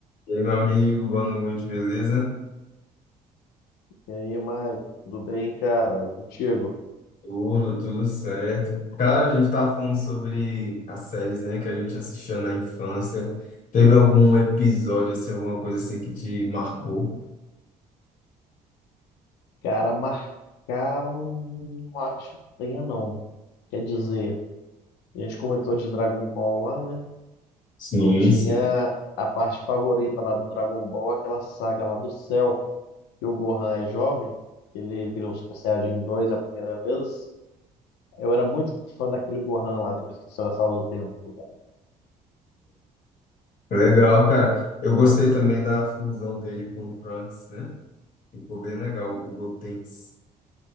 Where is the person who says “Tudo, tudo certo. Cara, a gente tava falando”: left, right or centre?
Left